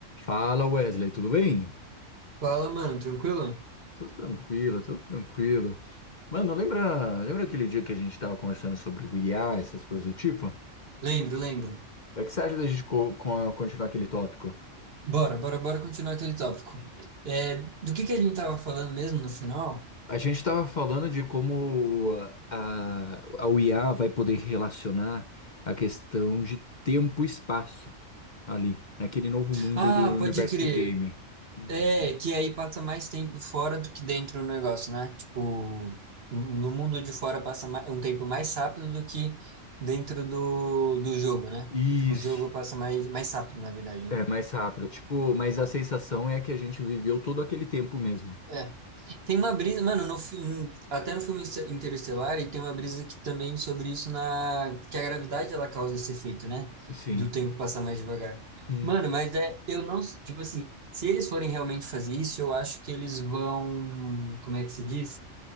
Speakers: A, on the left; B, on the right.
A: Fala Wesley, tudo bem?
B: Fala, mano, tranquilo?
A: Tudo tranquilo, tudo tranquilo. Mano, lembra, lembra aquele dia que a gente tava conversando sobre o IA, essas coisas do tipo?
B: Lembro, lembro.
A: É que você acha da gente co- co- continuar aquele tópico?
B: Bora, bora, bora continuar aquele tópico. É, do que que a gente tava falando mesmo no final?
A: A gente tava falando de como a, a o IA vai poder relacionar a questão de tempo e espaço ali, naquele novo mundo
B: Ah,
A: do universo
B: pode crer.
A: do game. Uhum.
B: É, que aí passa mais tempo fora do que dentro do negócio, né? Tipo, no mundo de fora passa ma- um tempo mais rápido do que dentro do, do jogo, né?
A: Isso,
B: Tipo, o jogo passa mais, mais rápido, na verdade.
A: é mais rápido. Tipo, mas a sensação é que a gente viveu todo aquele tempo mesmo.
B: É. Tem uma brisa, mano, no filme, até no filme Inter- Interestelar, e tem uma brisa que também sobre isso na que a gravidade ela causa esse efeito, né?
A: Sim,
B: Do tempo passar mais devagar.
A: Hum.
B: Mano, mas é, eu não, tipo assim, se eles forem realmente fazer isso, eu acho que eles vão, como é que se diz?